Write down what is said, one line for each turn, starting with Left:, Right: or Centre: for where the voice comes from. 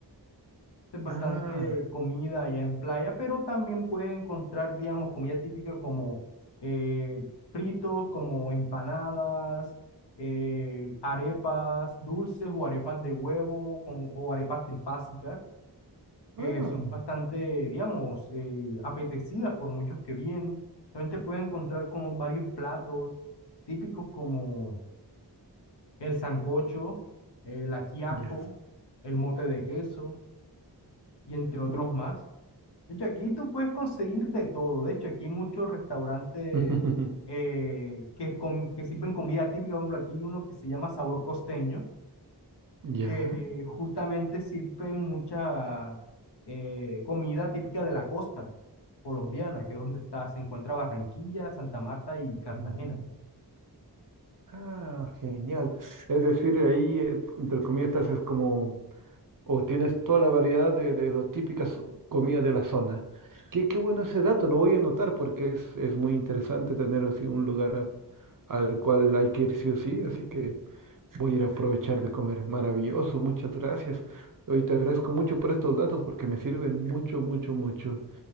Left: Es bastante
Right: ah,
Left: comida allá en playa, pero también puedes encontrar, digamos, comida típica como eh, fritos, como empanadas, eh, arepas dulces o arepas de huevo con- o arepas trifásicas que
Right: ah,
Left: son bastante, digamos, eh, apetecidas por muchos que vienen. También te puedes encontrar con varios platos típicos como el sancocho, el ajiaco,
Right: ya.
Left: el mote de queso y entre otros
Right: Mm,
Left: más. De hecho, aquí tú puedes conseguir de todo. De hecho, aquí hay muchos restaurantes
Right: <laughs>
Left: eh, que, com- que sirven comida típica. Por ejemplo, aquí hay uno que se llama Sabor Costeño
Right: Ya.
Left: que justamente sirven mucha eh, comida típica de la costa colombiana, que es donde está, se encuentra Barranquilla, Santa Marta y Cartagena.
Right: mm. Ah, genial. Es decir, ahí, eh, entre comillas, estás es como, o tienes toda la variedad de, de las típicas comidas de la zona. Qué, qué bueno ese dato, lo voy a anotar porque es, es muy interesante tener así un lugar a- al cual hay que ir sí o sí, así que voy a ir a aprovechar de comer. Maravilloso, muchas gracias. Hoy te agradezco mucho por estos datos porque me sirven mucho, mucho, mucho.